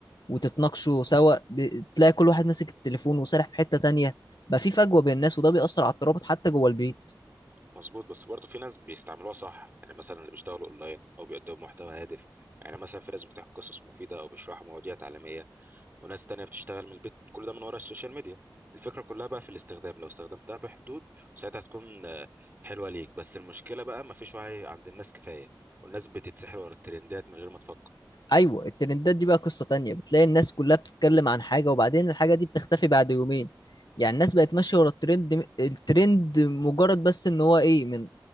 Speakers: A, on the left; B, on the right.
A: وتتناقشوا سوا ب- تلاقي كل واحد ماسك التليفون وسارح في حتة تانية بقى في فجوة بين الناس وده بيأثر على الترابط حتى جوه البيت
B: مظبوط بس برضه في ناس بيستعملوها صح يعني مثلا اللي بيشتغلوا اونلاين او بيقدموا محتوى هادف يعني مثلا في ناس بتحكي قصص مفيده او بيشرحوا مواضيع تعليميه وناس تانية بتشتغل من البيت كل ده من ورا السوشيال ميديا الفكرة كلها بقى في الاستخدام لو استخدمتها بحدود ساعتها تكون آه، حلوة ليك بس المشكلة بقى مفيش وعي عند الناس كفاية والناس بتتسحر ورا الترندات من غير ما تفكر
A: ايوه الترندات دي بقى قصة تانية بتلاقي الناس كلها بتتكلم عن حاجة وبعدين الحاجة دي بتختفي بعد يومين يعني الناس بقت ماشية ورا الترند الترند مجرد بس ان هو ايه من